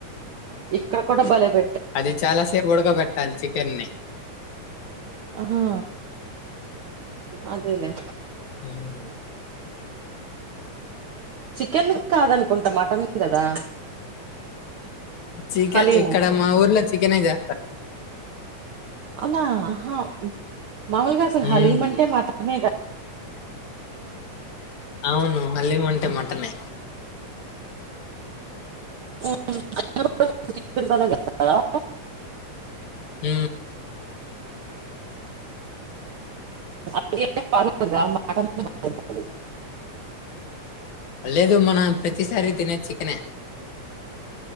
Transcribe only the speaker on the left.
అది చాలాసేపు ఉడకబెట్టాలి చికెన్ని
దేనిని
చీకెన్
ఇక్కడ మా ఊర్లో చి చికనే చేస్తార్
మ్మ్.
అవును హలీం అంటే మటనే
ఊ
లేదు మన ప్రతి స సారీ తినేది చికెనే.